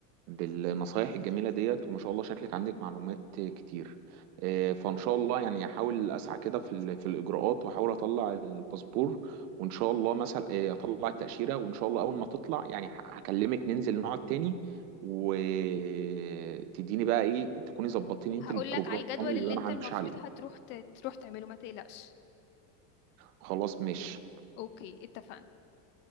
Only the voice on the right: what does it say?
بالنصايح الجميله ديت وما شاء الله شكلك عندك معلومات آه، كتير آه، فان شاء الله يعني احاول اسعى كده في ال- في الاجراءات واحاول اطلع الباسبور وان شاء الله مثلا آه، اطلع التاشيره وان شاء الله اول ما تطلع يعني ه- هكلمك ننزل نقعد تاني وتديني بقى ايه تكوني ظبطتيني انت
البروجرام
اللي
انا
همشي
عليه
خلاص ماشي